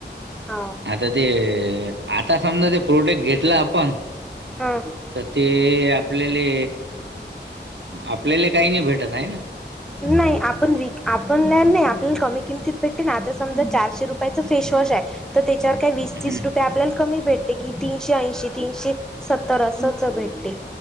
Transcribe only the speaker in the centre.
हाव.
हां.
नाही आपण विक आपण <unintelligible> नाही आपल्याला कमी किमतीत भेटते ना, आता समजा चारशे रुपयाच फेशवॉश आहे. तर त्याच्यावर काय वीस
तीस रुपये आपल्याला कमी भेटते की तीनशे ऐंशी तीनशे सत्तर असचं भेटते.